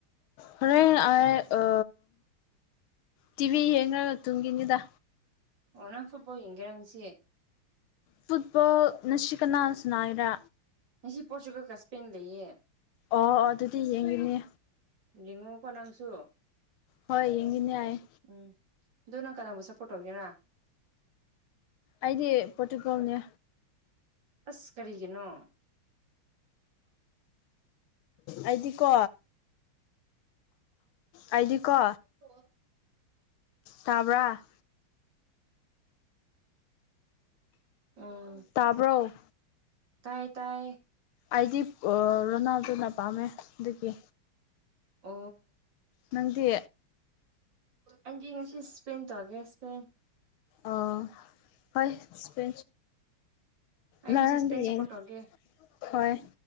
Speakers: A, on the left; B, on the right.
A: ꯍꯣꯔ ꯑꯥꯏ ꯑ ꯇꯤꯚꯤ ꯌꯦꯡꯔꯒ ꯇꯨꯡꯒꯤꯅꯤꯗ꯫
B: ꯑꯣ ꯅꯪ ꯐꯨꯠꯕꯣꯜ ꯌꯦꯡꯒꯦꯔꯪꯁꯤꯦ
A: ꯐꯨꯠꯕꯣꯜ ꯉꯁꯤ ꯀꯅꯥꯁꯥꯟꯅꯥꯏꯔꯥ
B: ꯑꯩꯁꯤ ꯄꯣꯔꯆꯨꯒꯜꯒ ꯏꯁꯄꯦꯟ ꯂꯩꯌꯦ
A: ꯑꯣ ꯑꯣ ꯑꯗꯨꯗꯤ ꯌꯦꯡꯅꯤꯡꯉꯦ
B: ꯂꯤꯡꯉꯨꯀꯣ ꯅꯪꯁꯨ
A: ꯍꯣꯏ ꯌꯦꯡꯁꯤꯅꯦ ꯌꯥꯏꯌꯦ
B: ꯎꯝ ꯑꯗꯣ ꯅꯪ ꯀꯅꯥꯕꯨ ꯁꯞꯄꯣꯔ꯭ꯠ ꯇꯧꯒꯦꯔꯥ
A: ꯑꯗꯤ ꯄꯣꯇꯀꯥꯎꯅꯦ
B: ꯑꯁ ꯀꯔꯤꯒꯤꯅꯣ
A: ꯑꯩꯗꯤꯀꯣ ꯑꯥꯏꯗꯤ ꯀꯣ
B: ꯍ
A: ꯇꯥꯕ꯭ꯔꯥ
B: ꯑꯣ
A: ꯇꯥꯕ꯭ꯔꯣ
B: ꯇꯥꯏꯌꯦ ꯇꯥꯏꯌꯦ
A: ꯑꯩꯗꯤ ꯔꯣꯅꯥꯜꯗꯨꯅ ꯄꯥꯝꯃꯦ ꯑꯗꯨꯒꯤ
B: ꯎ
A: ꯅꯪꯗꯤ
B: ꯑꯗꯤ ꯉꯁꯤ ꯏꯁꯄꯦꯟ ꯇꯧꯔꯒꯦ ꯁꯄꯦꯟ
A: ꯑꯣ ꯍꯣꯏꯄ
B: ꯑꯩ
A: ꯅꯍꯥꯟꯗꯤ
B: ꯉꯁꯤ ꯁ꯭ꯄꯦꯟ ꯁꯞꯄꯣꯔꯠ
A: ꯌꯦꯡ
B: ꯇꯧꯒꯦ
A: ꯍꯣꯏ